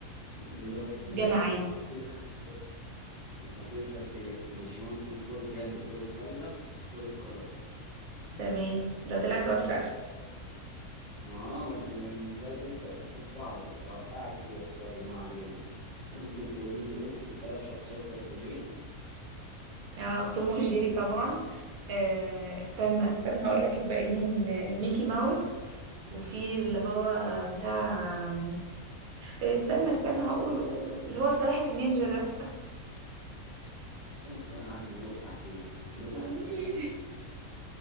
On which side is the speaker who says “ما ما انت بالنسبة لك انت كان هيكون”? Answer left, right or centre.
Left